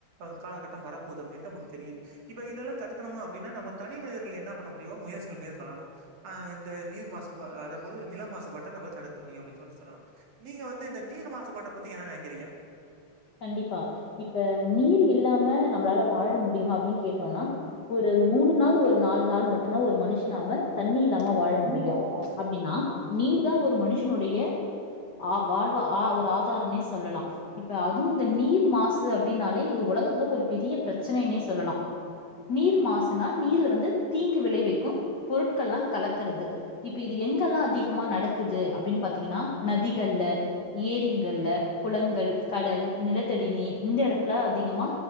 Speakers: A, on the right; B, on the left.
A: ம் காலகட்டம் வரப்போது அப்டின்டு நமக்கு தெரியுது இப்ப இதெல்லாம் தடுக்கணுமா அப்டின்னா நம்ம தனி மனிதர்கள் என்ன பண்ண முடியும் முயற்சிகள் மேற்கொள்ளலாம் ஆங் இந்த நீர் மாசு பா ஆ பொது நில மாசுபாட்ட நம்ம தடுக்க முடியும்னு அப்டின்னு சொல்லிட்டு சொல்லாம் நீங்க வந்து இந்த நீர் மாசுபாட்டை பத்தி என்ன நினைக்கிறீங்க
B: கண்டிப்பா இப்ப நீர் இல்லாம நம்பளால வாழ முடியுமா அப்டின்னு கேட்டோம்னா ஒரு மூணு நாள் ஒரு நாலு நாள் மட்டும்தான் ஒரு மனுஷனாம தண்ணி இல்லாம
A: அ
B: வாழ
A: தண்ணி
B: முடியும்
A: இல்லாம பிளாஸ்டிக்
B: அப்டின்னா நீர் தான் ஒரு மனுஷனுடைய ஆ வாழ்வ ஆ ஒரு ஆதாரனே சொல்லலாம் இப் ப அதுவும் இந்த நீர் மாசு அப்படின்னாலே இது உலகத்துல ஒரு பெரிய பிரச்சனைனே சொல்லலாம் நீர் மாசுனா நீர்ல வந்து தீங்கு விளை விக்கும் பொருட்கள்ல்லாம் கலக்கறது இப்ப இது எங்கெல்லாம் அதிகமா நடக்குது அப்டின்னு பாத்தீங்கன்னா நதிகள்ல ஏரிங்கள்ல குளங்கள் கடல் நிலத்தடி நீர் இந்த இடத்துல அதிகமா